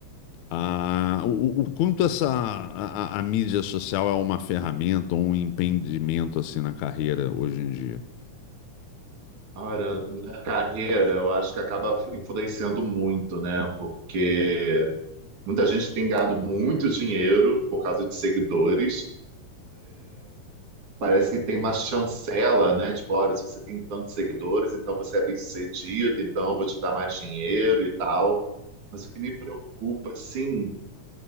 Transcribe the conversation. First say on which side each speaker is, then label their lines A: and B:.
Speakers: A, on the left; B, on the right.
A: Ah, o, o- o quanto essa a, a- a mídia social é uma ferramenta ou um impedimento assim na carreira hoje em dia?
B: Ora, na carreira, eu acho que acaba influenciando muito, né? Porque muita gente tem ganhado muito dinheiro por causa de seguidores. Parece que tem uma chancela, né? Tipo, olha, se você tem tantos seguidores, então você é bem-sucedido, então eu vou te dar mais dinheiro e tal. Mas o que me preocupa, assim,